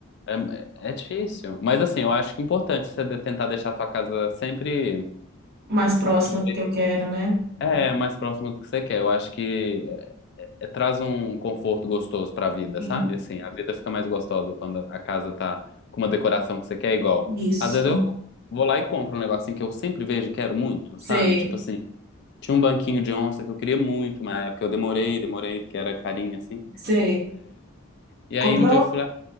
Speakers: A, on the left; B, on the right.
A: É, é difícil. Mas assim, eu acho que é importante você de- tentar deixar a sua casa sempre
B: Mais próxima
A: do-
B: do que eu quero, né?
A: é mais próximo do que você quer. Eu acho que é- é- é, traz um conforto gostoso pra vida,
B: Sim.
A: sabe? Assim, a vida fica mais gostosa quando a casa tá com uma decoração que você quer igual.
B: Isso.
A: Às vezes eu vou lá e compro um negocinho que eu sempre vejo e quero muito, sabe?
B: Sei,
A: Tipo assim, tinha um banquinho de onça que eu queria muito, uma época eu demorei, demorei, porque era carinho assim.
B: sei.
A: E aí
B: Comprou?
A: um dia eu fui lá,